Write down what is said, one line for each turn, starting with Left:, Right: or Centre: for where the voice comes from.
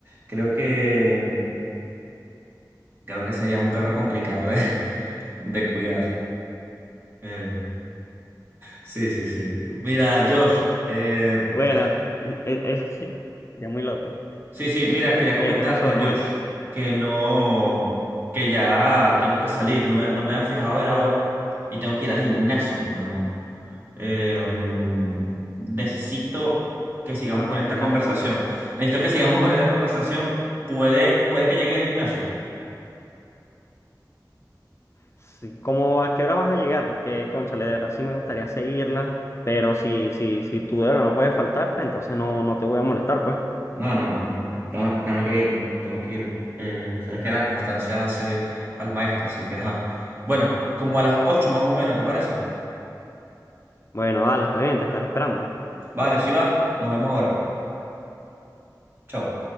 Right: creo que, creo que sería un perro complicado, ¿eh? de cuidar. Eh, sí, sí, sí. Mira, Josh,
Left: Mm.
Right: eh,
Left: Bueno,
Right: ah,
Left: e- eso sí, sería muy loco.
Right: sí, sí, mira, quería comentarte,
Left: ¿Qué, qué pasó, hermano?
Right: Josh, que no, que ya tengo que salir, no me, no me había fijado de la hora y tengo que ir al gimnasio, hermano. Eh, mm, necesito que sigamos
Left: No,
Right: con esta
Left: qué
Right: conversación.
Left: lástima.
Right: Necesito que sigamos <laughs> con esta conversación. ¿Puedes, después de que llegue al gimnasio?
Left: Sí, ¿cómo a qué hora vas a llegar? Porque, cónchale, de verdad sí me gustaría seguirla, pero si, si, si tú de verdad no puedes faltar, entonces no, no te voy a molestar, pues.
Right: No, no, no, no, Tengo, tengo que irme, tengo que irme. Eh, sabes que la constancia hace al maestro, así que ajá. Bueno, como a las 8 más o menos, ¿te parece?
Left: Bueno, dale, está bien, te estaré esperando.
Right: Vale, si va, nos vemos ahora. Chao.